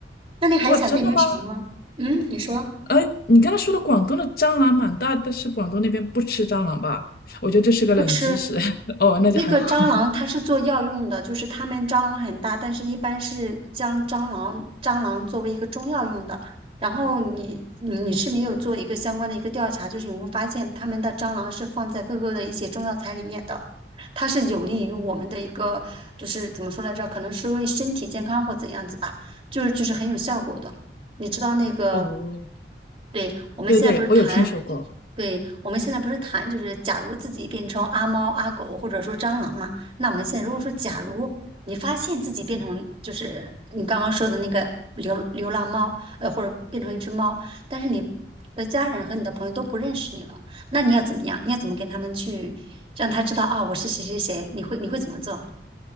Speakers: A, on the right; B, on the left.
A: 那你还想变成什么吗？
B: 哇，真的吗？
A: 嗯，你说
B: 哎，你刚才说的广东的蟑螂蛮大，但是广东那边不吃蟑螂吧？我觉得这是个冷知识。
A: 不吃。
B: <laughs> 哦，那就还好。
A: 那个蟑螂它是做药用的，就是他们蟑螂很大，但是一般是将蟑螂蟑螂作为一个中药用的。然后你你你是没有做一个相关的一个调查，就是你会发现他们的蟑螂是放在各个的一些中药材里面的，它是有利于我们的一个就是怎么说来着，可能是为身体健康或怎样子吧，就是就是很有效果的。你知道那个，
B: 哦，
A: 对，我们现在不是谈，
B: 对对，我有听说过。
A: 对，我们现在不是谈，就是假如自己变成阿猫、阿狗或者说蟑螂嘛，那我们现在如果说假如你发现自己变成就是你刚刚说的那个流流浪猫，呃，或者变成一只猫，但是你的家人和你的朋友都不认识你了，那你要怎么样？你要怎么跟他们去让他知道啊，我是谁谁谁？你会你会怎么做？